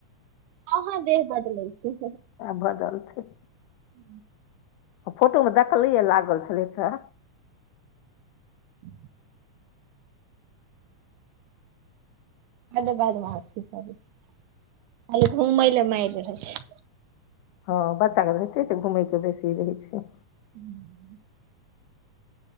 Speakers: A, on the right (about 80°); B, on the left (about 85°).
A: ह हँ देह बदलै छै
B: आब बदलतै
A: ह
B: फोटो मे देखलिये लागल छलथि त
A: <unintelligible> आर बादमाशी करै छै घूमै ल मारि रहै छै
B: हँ बच्चाके रहिते छै घुमयके बेसी रहै छै
A: हूँ